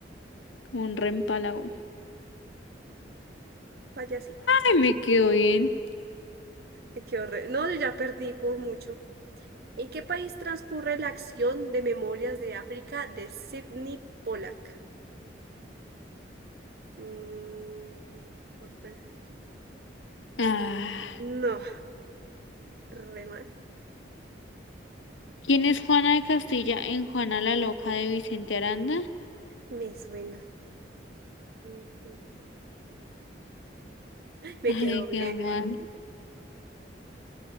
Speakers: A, on the left (about 85°); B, on the right (about 55°).
A: Como un reempálago.
B: payasita.
A: Ay, me quedó bien.
B: Me quedo re- No, yo ya perdí por mucho. ¿En qué país transcurre la acción de Memorias de África de Sidney Pollack? Mm, no, sé cuál es.
A: Ah,
B: No, re mal.
A: ¿quién es Juana de Castilla en Juana la Loca de Vicente Aranda?
B: Me suena. Mm, Me
A: Ay,
B: quedó
A: me
B: bien.
A: quedó mal.
B: ¿eh?